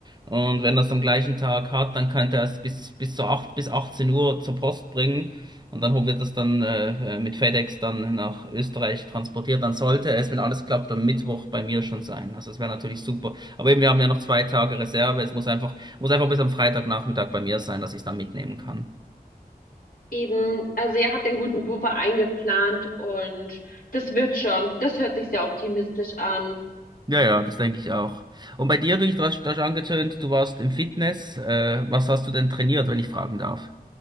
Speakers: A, on the right; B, on the left.
A: Und wenn er es am gleichen Tag hat, dann könnte er es bis, bis zu 8 bis 18 Uhr zur Post bringen. Und dann ho- wird es dann äh, äh, mit FedEx dann nach Österreich transportiert. Dann sollte es, wenn alles klappt, am Mittwoch bei mir schon sein. Also das wäre natürlich super. Aber eben, wir haben ja noch zwei Tage Reserve. Es muss einfach, muss einfach bis am Freitagnachmittag bei mir sein, dass ich es dann mitnehmen kann.
B: Eben, also ihr habt einen guten Puffer eingeplant und das wird schon. Das hört sich sehr optimistisch an.
A: Ja, ja, das denke ich auch. Und bei dir, du, du hast, du hast angetönt, du warst im Fitness. Äh, was hast du denn trainiert, wenn ich fragen darf?